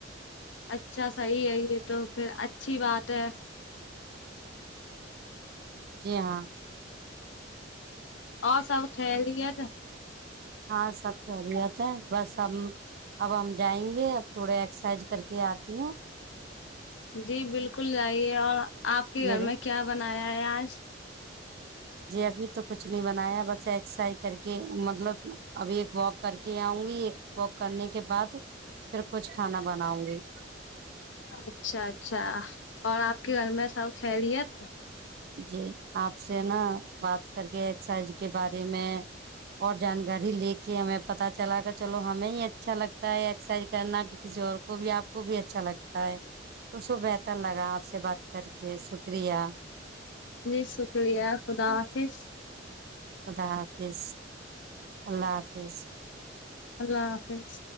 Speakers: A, on the left; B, on the right.
A: اچھا صحیح ہے یہ تو پھر اچھی بات ہے
B: جی ہاں
A: اور سب خیریت ہے
B: ہاں سب خیریت ہے بس اب اب ہم جائیں گے اب تھوڑا ایکسرسائز کر کے آتی ہوں
A: جی بالکل جائیے اور آپ کے گھر
B: میرے
A: میں کیا بنایا ہے آج
B: جی ابھی تو کچھ نہیں بنایا بس ایکسرسائز کر کے مطلب ابھی ایک واک کر کے آؤں گی واک کرنے کے بعد پھر کچھ کھانا بناؤ گی
A: اچھا اچھا اور آپ کے گھر میں سب خیلیت
B: جی آپ سے نا بات کر کے ایکسرسائز کے بارے میں اور جانکاری لے کے ہمیں پتا چلا کہ چلو ہمیں ہی اچھا لگتا ہے ایکسرسائز کرنا کہ کسی اور کو کو بھی آپ کو بھی اچھا لگتا تو اس کو بہتر لگا آپ سے بات کر کے شکریہ
A: جی شکریہ خدا حافظ
B: خدا حافظ اللہ حافظ
A: اللہ حافظ